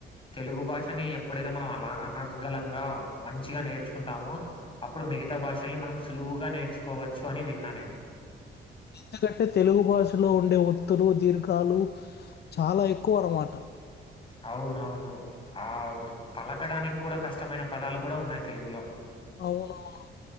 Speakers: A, on the left; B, on the left.
A: తెలుగు భాషని ఎప్పుడైతే మనం అన అనర్గలంగా మంచిగా నేర్చుకుంటామొ అప్పుడు మిగతా భాషల్ని మనం సులువుగా నేర్చుకోవచ్చు అని విన్నా నేను
B: ఎందుకంటే తెలుగు భాషలో ఉండే ఒత్తులు దీర్ఘాలు చాలా ఎక్కువ అనమాట
A: అవునవును ఆ పలకడానికి కూడా కష్టమైన పదాలు కూడా ఉన్నాయి తెలుగులో
B: అవునవును.